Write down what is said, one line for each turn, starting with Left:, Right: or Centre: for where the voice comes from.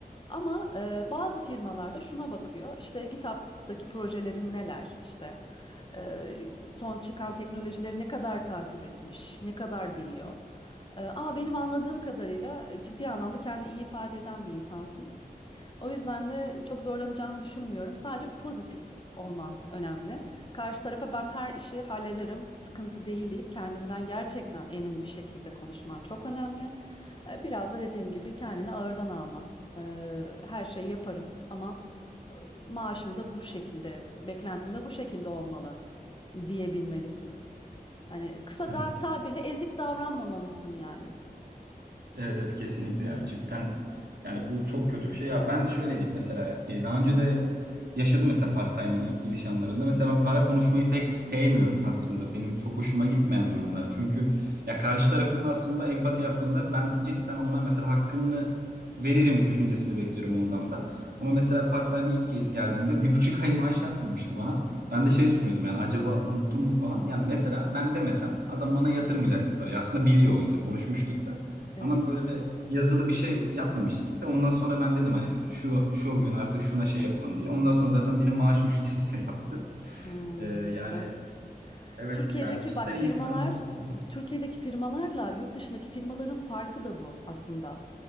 Left: ama e, bazı firmalarda şuna bakıyor. işte GitHub'daki projelerin neler, işte e, son çıkan teknolojileri ne kadar takip etmiş, ne kadar biliyor. Ee, ama benim anladığım kadarıyla e, ciddi anlamda kendini iyi ifade eden bir insansın. O yüzden de çok zorlanacağını düşünmüyorum. Sadece pozitif olman önemli. Karşı tarafa ben her işi hallederim, sıkıntı değil deyip kendinden gerçekten emin bir şekilde konuşman çok önemli. Ee, Biraz da dediğim gibi kendini ağırdan alman. Ee, Her şeyi yaparım ama e, maaşım da bu şekilde, beklentim de bu şekilde olmalı diyebilmelisin. Hani kısa
Right: Evet.
Left: da tabirle ezik davranmamalısın yani.
Right: Evet evet kesinlikle ya cidden yani bu çok kötü bir şey ya ben şöyle diyeyim mesela e, daha önce de yaşadım mesela part-time'in ilk giriş anlarında mesela ben para konuşmayı pek sevmiyorum <laughs> aslında benim çok hoşuma gitmeyen
Left: Hmm.
Right: durumlar çünkü ya karşı tarafında aslında empati yaptığında ben cidden ona mesela hakkını veririm düşüncesini bekliyorum ondan da ama mesela part-time ilk gel- geldiğimde bir buçuk ay maaş yatmamıştı bana ben
Left: Evet,
Right: de şey düşünüyordum yani acaba unuttum mu falan yani mesela ben demesem adam bana yatırmayacaktı parayı aslında biliyor oysa konuşmuştuk da
Left: evet.
Right: ama böyle yazılı bir şey yapmamıştık ilk de. Ondan sonra ben dedim hani şu şu gün artık şuna şey yapalım diye. Ondan sonra zaten benim maaş <laughs> müşterisi de yaptı.
Left: Hmm,
Right: Ee, yani
Left: işte.
Right: evet
Left: Türkiye'deki
Right: ya cidden
Left: bak firmalar,
Right: iyi sanırım.
Left: Türkiye'deki firmalarla yurt dışındaki firmaların farkı da bu aslında.